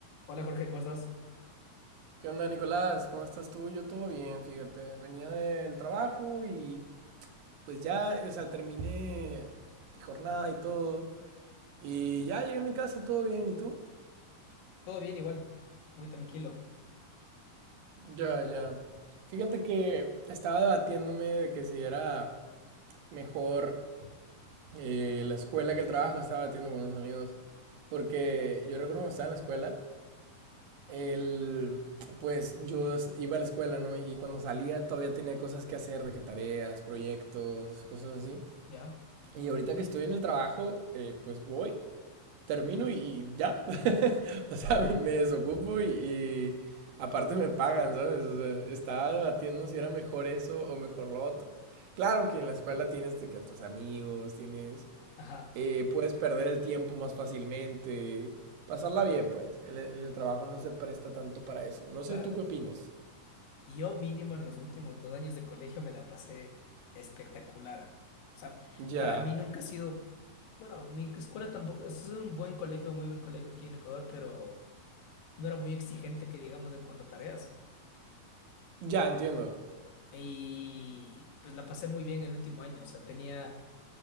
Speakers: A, on the left (about 70°); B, on the right (about 70°).
A: Hola Jorge, ¿cómo estás?
B: ¿Qué onda, Nicolás? ¿Cómo estás tú? Yo todo bien, fíjate. Venía del trabajo y pues ya, o sea, terminé mi jornada y todo. Y ya llegué a mi casa, todo bien. ¿Y tú?
A: Todo bien igual, muy tranquilo,
B: Ya, ya. Fíjate que estaba debatiéndome de que si era mejor eh, la escuela que el trabajo. Estaba debatiendo con unos amigos. Porque yo recuerdo cuando estaba en la escuela el, pues yo iba a la escuela, ¿no? Y cuando salía todavía tenía cosas que hacer, de que tareas, proyectos, cosas así.
A: ¿Ya?
B: Y ahorita que estoy en el trabajo, eh, pues voy, termino y, y ya. <laughs> o sea, me, me desocupo y, y, aparte me pagan, ¿sabes? O sea, estaba debatiendo si era mejor eso o mejor lo otro. Claro que en la escuela tienes que tus amigos, tienes
A: ajá,
B: eh, puedes perder el tiempo más fácilmente, pasarla bien, pues. En el, en el trabajo no se presta tanto para eso. No sé
A: claro.
B: tú qué opines.
A: Y Yo mínimo en los últimos dos años de colegio me la pasé espectacular. O sea,
B: Ya,
A: para mí nunca ha sido, bueno, mi escuela tampoco, es un buen colegio, muy buen colegio aquí en Ecuador, pero no era muy exigente que digamos en cuanto a tareas.
B: ya entiendo.
A: Y pues la pasé muy bien el último año, o sea, tenía,